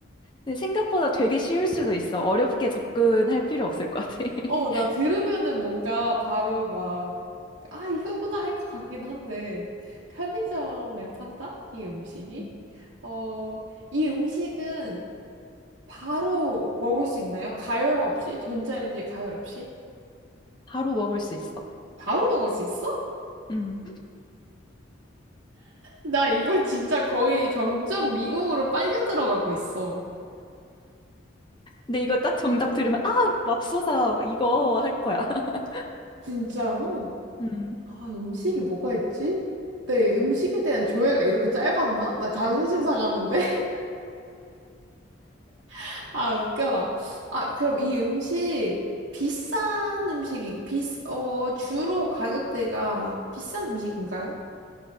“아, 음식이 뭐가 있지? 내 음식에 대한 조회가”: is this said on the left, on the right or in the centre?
Right